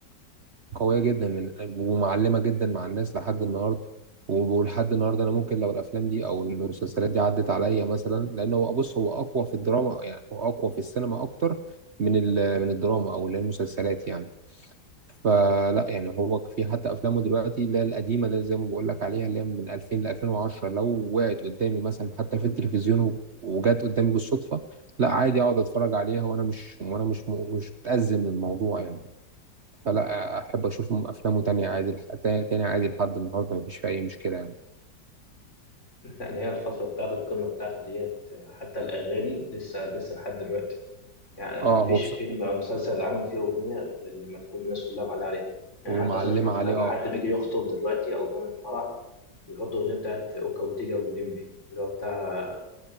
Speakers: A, on the right; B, on the left.
A: قوية جدا من ومعلمة جدا مع الناس لحد النهاردة ولحد النهاردة أنا ممكن لو الأفلام دي أو المسلسلات دي عدت عليا مثلا لأن هو بص هو أقوى في الدراما يعني هو أقوى في السينما أكتر من ال- من الدراما أو اللي هي المسلسلات يعني فلا يعني هو في حتى افلامه دلوقتي اللي هي القديمه اللي زي ما بقول لك عليها اللي هي من 2000 ل 2010 لو وقعت قدامي مثلا حتى في التلفزيون و- وجت قدامي بالصدفه لا عادي اقعد اتفرج عليها وانا مش وانا مش م- مش متأزم من الموضوع يعني فلا احب اشوف افلامه تاني عادي لح- تا- تاني عادي لحد النهارده مفيش فيها اي مشكله يعني
B: لا اللي هي الفترة بتاعت القمة بتاعته ديت حتى الأغاني لسه لسه لحد دلوقتي يعني
A: اه
B: مفيش
A: هو بص
B: فيلم أو مسلسل عمل فيه أغنية غير لما تكون الناس كلها معلقة عليها يعني
A: ومعلمه
B: حتى مثلا الفترة
A: عليه
B: لما
A: اه
B: حد بيجي يخطب دلوقتي أو بيعمل فرح بيحط أغنية بتاعت أوكا وتيجا والليمبي اللي هو بتاع